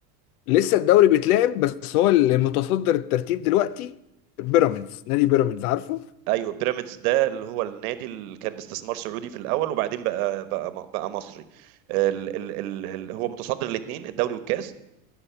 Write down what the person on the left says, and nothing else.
لسه الدوري بيتلعب بس هو المتصدر الترتيب دلوقتي بيراميدز نادي بيراميدز عارفه